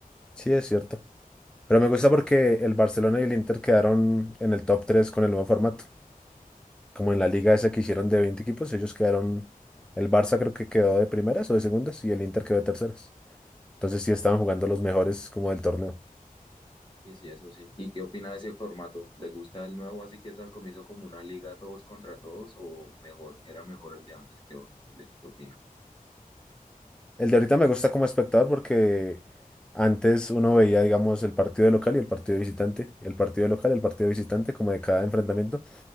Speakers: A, in the centre; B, on the left.
A: Sí, es cierto. Pero me gusta porque el Barcelona y el Inter quedaron en el top 3 con el nuevo formato. Como en la liga esa que hicieron de 20 equipos, ellos quedaron, el Barça creo que quedó de primeras o de segundas y el Inter quedó de terceras. Entonces sí estaban jugando los mejores como del torneo.
B: Y sí, eso sí. ¿Y qué opina de ese formato? ¿Le gusta el nuevo así que es al comienzo como una liga todos contra todos o mejor, era mejor el de antes? ¿Qué, o- qué, le- qué opina?
A: El de ahorita me gusta como espectador porque antes uno veía, digamos, el partido de local y el partido de visitante, el partido de local y el partido de visitante como de cada enfrentamiento